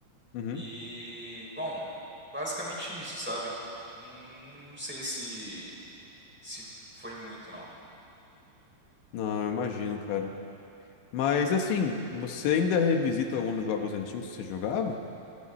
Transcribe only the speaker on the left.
Uhum.
Não, eu imagino, cara. Mas assim, você ainda revisita alguns jogos antigos que você jogava?